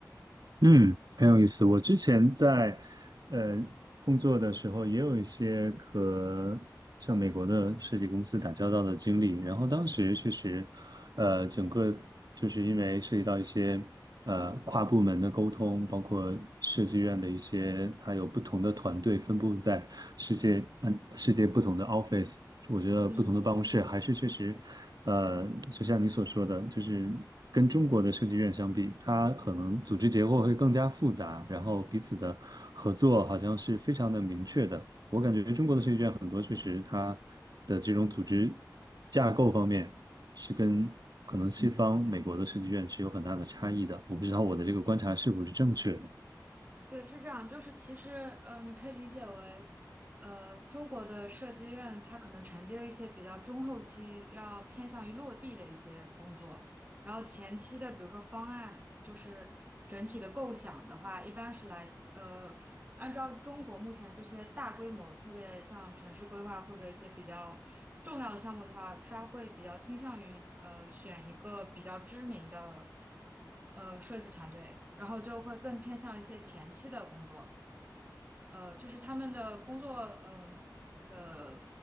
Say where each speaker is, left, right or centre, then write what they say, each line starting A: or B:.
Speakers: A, on the right; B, on the right.
A: 嗯，很有意思。我之前在呃工作的时候，也有一些和像美国的设计公司打交道的经历。然后当时确实，呃，整个就是因为涉及到一些呃跨部门的沟通，包括设计院的一些，它有不同的团队分布在世界嗯世界不同的 office。我觉得不同的办公室还是确实，
B: 嗯。
A: 呃，就像你所说的，就是。跟中国的设计院相比，它可能组织结构会更加复杂，然后彼此的合作好像是非常的明确的。我感觉中国的设计院很多确实它的这种组织架构方面是跟可能西方美国的设计院是有很大的差异的。我不知道我的这个观察是否是正确的。
B: 对，是这样，就是其实呃，你可以理解为，呃，中国的设计院它可能承接一些比较中后期要偏向于落地的一些工作，然后前期的比如说方案，就是整体的构想的话，一般是来呃，按照中国目前这些大规模，特别像城市规划或者一些比较重要的项目的话，他会比较倾向于呃选一个比较知名的呃设计团队，然后就会更偏向一些前期的工作。呃，就是他们的工作，嗯的